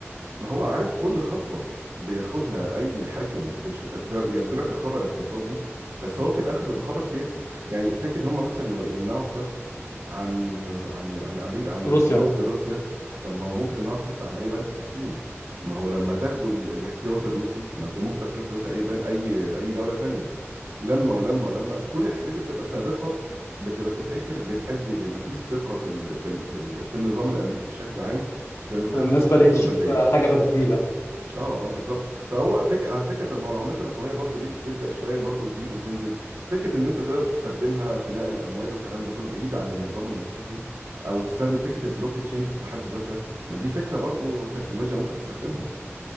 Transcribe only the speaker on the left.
روسيا
الناس
بدات
تشوف
حاجه بديله